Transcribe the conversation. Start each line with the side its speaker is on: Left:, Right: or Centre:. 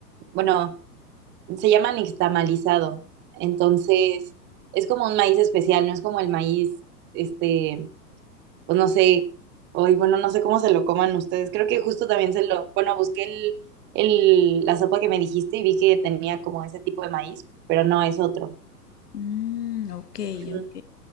Right: bueno, se llama nixtamalizado. Entonces, es como un maíz especial, no es como el maíz, este, pues no sé, hoy, bueno, no sé cómo se lo coman ustedes. Creo que justo también se lo, bueno, busqué el, el, la sopa que me dijiste y vi que tenía como ese tipo de maíz, pero no es otro.
Left: Mm, ok,
Right: Ujú.
Left: ok.